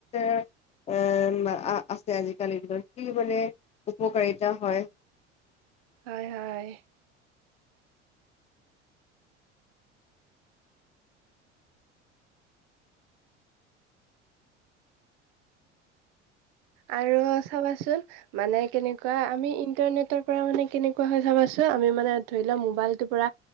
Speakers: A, on the left; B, on the right.
A: <inaudible> এ আ আছে আজিকালি দিনত, কি মানে উপকাৰিতা হয়?
B: হয় হয়। আৰু চাবাচোন মানে কেনেকুৱা আমি ইণ্টাৰনেটৰ পৰা মানে কেনেকুৱা হৈ চাবাচো, আমি মানে ধৰি লোৱা মোবাইলটোৰ পৰা